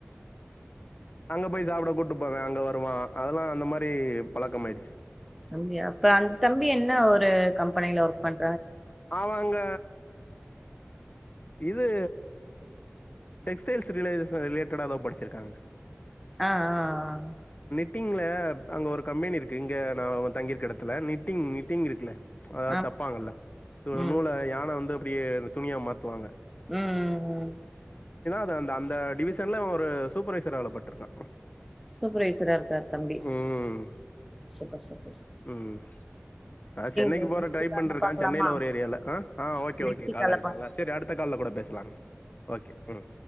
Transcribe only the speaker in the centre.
தம்பியா அப்ப அந்த தம்பி என்ன ஒரு கம்பெனியில ஒர்க் பண்
ஆஹ் ஆஹ்ஆஹ்
ஆ ஆமா
ம்
உம் உம் உம்
சூப்பர் வைசரா இருக்கார் தம்பி
சூப்பர் சூப்
ப்ரோ
next
week
பாக்கலாமா
நெக்ஸ்ட்
வீக்
கால்ல
பாக்